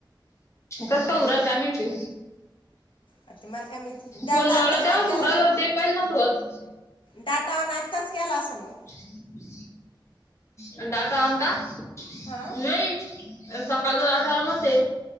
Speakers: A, on the left; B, on the left.
A: कसं उराल काय माहिती
B: आ ते मला काय माहिती डाटा
A: फोन लावला
B: आताच
A: तेव्हाच
B: ओन केला
A: उराल
B: काय
A: ते पहिलं नव्हतं होत
B: डाटा ऑन आताच केला असेल मग
A: हम्म हम्म डाटा ऑन का
B: हा
A: नाही सकाळच डाटा ऑनच आहे.